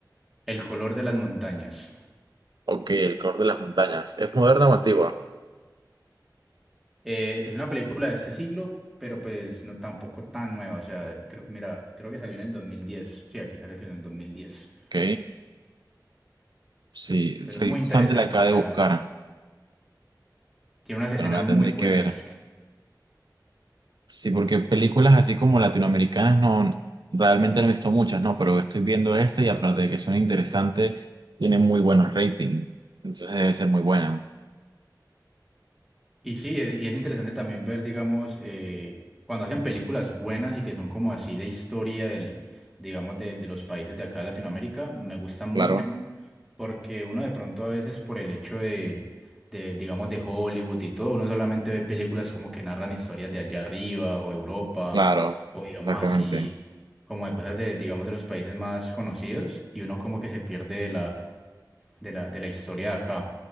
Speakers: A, in the centre; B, on the right.
A: El color de las montañas.
B: Ok, El color de las montañas. ¿Es moderna o antigua?
A: Eh, es una película de este siglo, pero pues no tampoco tan nueva. O sea, creo- mira, creo que salió en el 2010. Sí, aquí salió que en el 2010.
B: Ok, sí,
A: Pero
B: sí,
A: es muy
B: justamente
A: interesante,
B: la acabo
A: o sea,
B: de buscar,
A: tiene unas escenas
B: pero la
A: muy
B: tendré
A: buenas.
B: que ver. Sí, porque películas así como latinoamericanas no, realmente no he visto muchas, no, pero estoy viendo esta y aparte de que son interesantes, tienen muy buenos ratings. Entonces debe ser muy buena.
A: Y sí, e- y es interesante también ver, digamos, eh, cuando hacen películas buenas y que son como así de historia del, digamos, de, de los países de acá de Latinoamérica, me gustan mucho
B: Claro,
A: porque uno de pronto a veces por el hecho de, de, digamos, de Hollywood y todo, uno solamente ve películas como que narran historias de allá arriba o Europa
B: claro,
A: o digamos
B: exactamente,
A: así, como de cosas de, digamos, de los países más conocidos y uno como que se pierde de la, de la historia de acá.